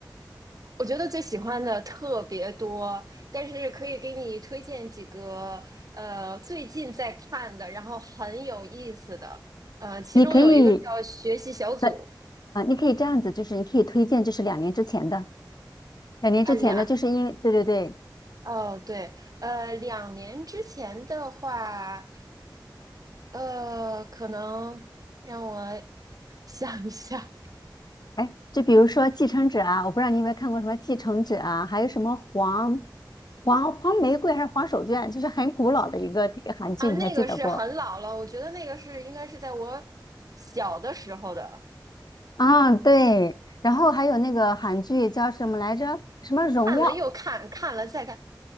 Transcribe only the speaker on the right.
我觉得最喜欢的特别多，但是可以给你推荐几个呃最近在看的，然后很有意思的。呃，其中有一个叫《学习小组》，
呃，两
哦对，呃，两年之前的话。呃，可能让我 <laughs> 想一下
啊，
那个是很老了，我觉得那个是应该是在我小的时候的，
看了又看，看了再看。